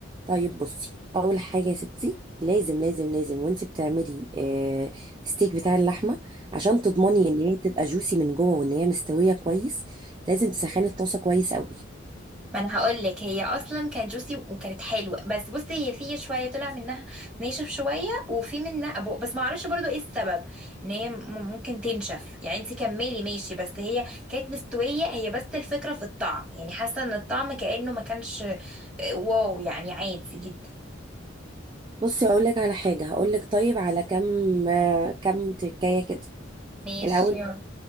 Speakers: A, on the right (about 25°); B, in the centre.
A: طيب بصي اول حاجه يا ستي لازم لازم لازم وانت بتعملي آه ستيك بتاع اللحمه عشان تضمني ان هي تبقى جوسي من جوه وان هي مستويه كويس لازم تسخني الطاسه كويس قوي
B: ما انا هقول لك هي اصلا كانت جوسي وكانت حلوه بس بصي هي في شويه طلع منها ناشف شويه وفي منها أبو بس ما اعرفش برضو ايه السبب ان هي م- ممكن تنشف يعني انت كملي ماشي بس هي كانت مستويه هي بس الفكره في الطعم يعني حاسه ان الطعم كانه ما كانش آه، واو يعني عادي جدا
A: بصي اقول لك على حاجه هقول لك طيب على كم آه، كم تكايه كده
B: ماشي
A: الأول
B: يلا.